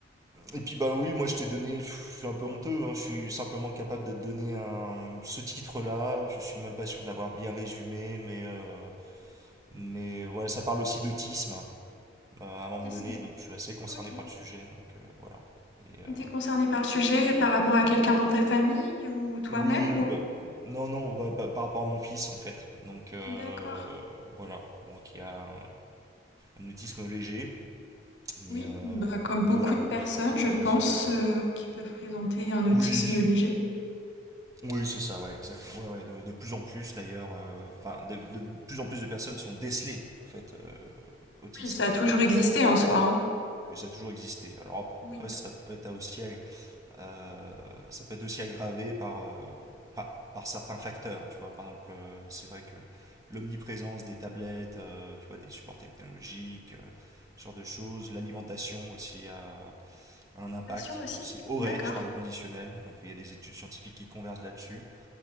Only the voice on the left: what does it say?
Qu'est-ce-
Ok.
T'es concerné par le sujet par rapport à quelqu'un dans ta famille ou toi-même
ou...
D'accord.
Oui,
bah, comme
beaucoup
de personnes,
je
pense,
euh, qui peuvent présenter un
autisme léger.
Oui, ça a toujours
existé
en soi. hein.
Oui.
Attention aussi.
D'accord.